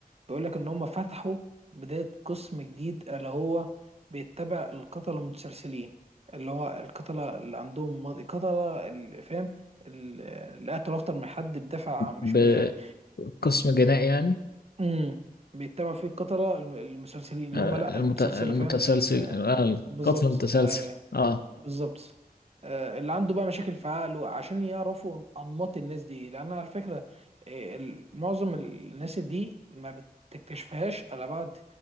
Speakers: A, on the right; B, on the left.
A: بيقول لك ان هم فتحوا بداية قسم جديد اللي هو بيتبع القتلة المتسلسلين اللي هو القتلة اللي عندهم ماضي قتلة اللي فاهم ال- اللي قتلوا اكتر من حد بدافع مش
B: بقسم
A: ب- يعني
B: جنائي يعني
A: امم بيتبع فيه القتلة الم- المسلسلين اللي
B: آه،
A: هم لا
B: المت...
A: المتسلسلة
B: المتسلسل
A: فاهم ال-
B: آه،
A: بالظبط
B: القتل المتسلسل
A: آه.
B: اه
A: بالظبط آه، اللي عنده بقى مشاكل في عقله عشان يعرفوا انماط الناس دي لان على فكره آه، ال- معظم الناس دي ما بتكتشفهاش الا بعد